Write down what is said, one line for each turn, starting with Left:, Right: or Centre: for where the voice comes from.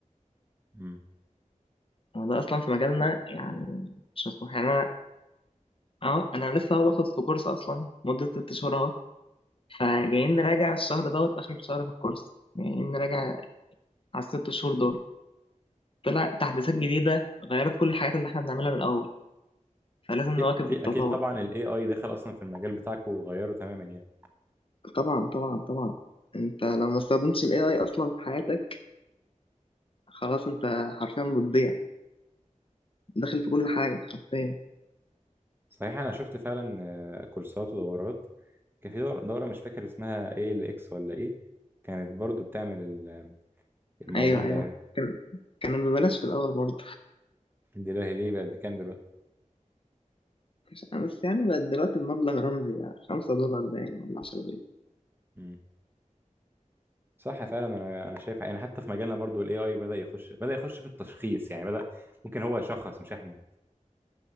Right: مم.
Left: هو ده أصلا في مجالنا يعني مش مسموح يعني أنا أهو أنا لسه أهو باخد في كورس أصلا مدة ست شهور أهو فجايين نراجع الشهر دوت آخر شهر في الكورس جايين نراجع على الست شهور دول طلع تحديثات جديدة غيرت كل الحاجات اللي إحنا بنعملها من الأول فلازم
Right: اكيد
Left: نواكب
Right: اكيد
Left: التطور
Right: اكيد طبعا الاي اي دخل اصلا في المجال بتاعك وغيره تماما يعني
Left: طبعا طبعا طبعا انت لو ما استخدمتش الاي اي اصلا في حياتك خلاص انت حرفيا بتضيع داخل في كل حاجه حرفيا
Right: صحيح انا شفت فعلا آه، كورسات ودورات كان في دور- دورة مش فاكر اسمها ايه الاكس ولا ايه كانت برضو بتعمل ال- الموضوع
Left: ايوه
Right: ده
Left: ايوه
Right: يعني
Left: كان كان ببلاش في الاول برضه
Right: دلوقتي ليه بقت بكام دلوقتي
Left: <laughs> بس بس يعني بقت دلوقتي بمبلغ رمزي يعني خمسة دولار باين ولا عشرة دولار
Right: مم. صح فعلا انا انا شايف يعني حتى في مجالنا برضو الاي اي بدأ يخش بدأ يخش في التشخيص يعني بدأ ممكن هو يشخص مش احنا